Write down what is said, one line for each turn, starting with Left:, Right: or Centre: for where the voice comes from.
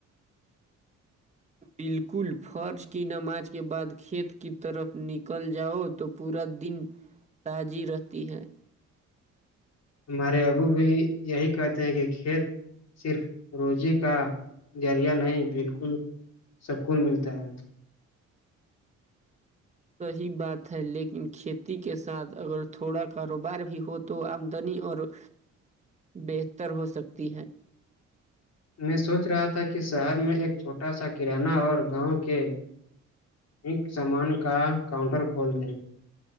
Right: بالکل فرض کی نماز کے بعد کھیت کی طرف نکل جاؤ تو پورا دن تازی رہتی ہے
Left: ہمارے ابو بھی یہی کہتے ہیں کہ کھیت صرف روزی کا ذریعہ نہیں بالکل سکون ملتا ہے
Right: صحیح بات ہے لیکن کھیتی کے ساتھ اگر تھوڑا کاروبار بھی ہو تو آمدنی اور بہتر ہو سکتی ہے
Left: میں سوچ رہا تھا کہ شہر میں ایک چھوٹا سا کرانہ اور گاؤں کے ایک سامان کا کاؤنٹر کھول دیں